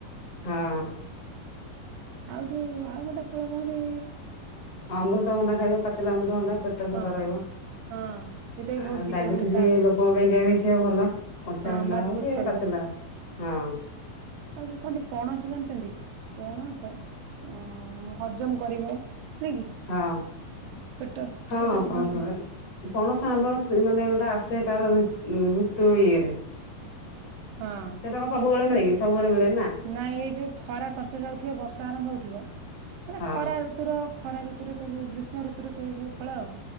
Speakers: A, on the left; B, on the right.
A: ହଁ। <inaudible>
B: କିନ୍ତୁ ଆଉ ଗୋଟେ ଫଳ କହନ୍ତି
A: ଅମୃତଭଣ୍ଡା ଖାଇବ ପା ପାଚିଲା ଅମୃତଭଣ୍ଡା। ପେଟ ସଫା
B: ହଁ
A: ରହିବ
B: ହଁ ସେଇଟା ବି ବହୁତ
A: ଆ
B: ଭିଟାମିନ୍
A: ଡାଇବେଟିସ୍
B: ତା
A: ଲୋକଙ୍କ ପାଇଁ ସେ ଭଲ। କଞ୍ଚାଭଣ୍ଡା
B: ହଁ ମଜବୁତ
A: ହଉ କି
B: କରିବ।
A: ପାଚିଲା। ହଁ।
B: ଆଉ କୁହନ୍ତି ପଣସ ଜାଣିଛନ୍ତି ପଣସ ଅ ହଜମ କରିବ। ନାଇଁ କି
A: ହଁ
B: ପେଟ
A: ହଁ
B: ପେଟ ସଫା
A: ପଣସ
B: କରିବ
A: ପଣସ ଆମ୍ୱ ସେ ମାନେ ଆସେ ତାର ଋ ଋତୁ ଇଏରେ।
B: ହଁ।
A: ସେଟା କ ସବୁବେଳେ ମିଳେକି। ସବୁବେଳେ ମିଳେ।
B: ନାଇଁ ଏଇ ଯୋଉ ଖରା ସରସେ ଯାଉଥିବ ବର୍ଷା ଆରମ୍ଭ ହଉଥିବ। ମାନେ
A: ହଁ
B: ଖରା ଋତୁର ଖରା ଋତୁର ସବୁ ଗ୍ରୀଷ୍ମ ଋତୁୁର ସେ ସବୁ ଫଳ ଆଉ